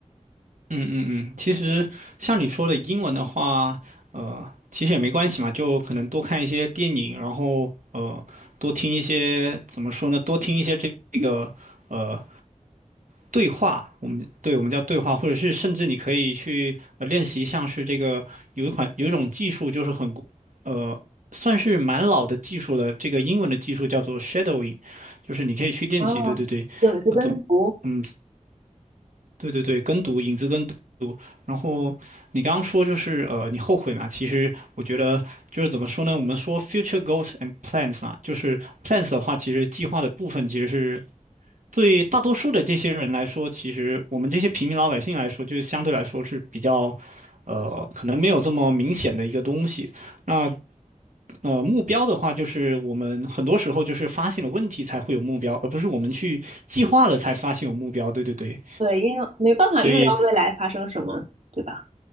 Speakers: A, on the right (about 80°); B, on the right (about 60°).
A: 嗯嗯嗯，其实像你说的英文的话，呃，其实也没关系嘛，就可能多看一些电影，然后呃，多听一些，怎么说呢，多听一些这个呃对话，我们对我们叫对话，或者是甚至你可以去呃练习，像是这个有一款有一种技术，就是很呃算是蛮老的技术了，这个英文的技术叫做 shadowing，就是你可以去练习，
B: 啊，
A: 对对对，
B: 影子跟读，
A: 啊、怎么嗯对对对跟读影子跟读，然后你刚刚说就是呃你后悔嘛，其实我觉得就是怎么说呢，我们说 future goals and plans 嘛，就是 plans 的话，其实计划的部分其实是对大多数的这些人来说，其实我们这些平民老百姓来说，就是相对来说是比较，呃，可能没有这么明显的一个东西。那呃，目标的话，就是我们很多时候就是发现了问题才会有目标，而不是我们去计划了才发现有目标。对对对，
B: 对，因为没办法预料未来发生什么，
A: 所以
B: 对吧？